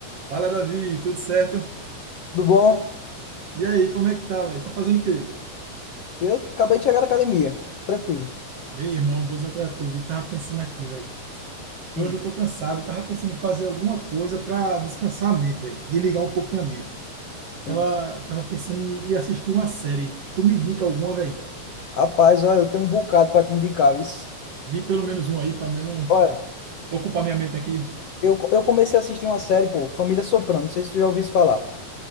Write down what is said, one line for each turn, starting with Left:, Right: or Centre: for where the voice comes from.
Right: Fala, Davi, tudo certo?
Left: Tudo bom?
Right: E aí, como é que tá, velho? Tá fazendo o quê?
Left: Eu acabei de chegar da academia. Tranquilo.
Right: Meu irmão, vou dizer uma coisa a tu, vi. Tava pensando aqui, velho. Hoje
Left: Hum,
Right: eu tô cansado, tava pensando em fazer alguma coisa pra descansar a mente, velho. Desligar um pouquinho a mente.
Left: sim.
Right: Tava, tava pensando em, em assistir uma série. Tu me indica alguma, velho?
Left: Rapaz, olha, eu tenho um bocado pra te indicar, vice.
Right: Di pelo menos uma aí, pra menos
Left: Olha,
Right: ocupar minha mente aqui.
Left: eu, co- eu comecei a assistir uma série, pô, Família Soprano. Não sei se tu já ouviu isso falar.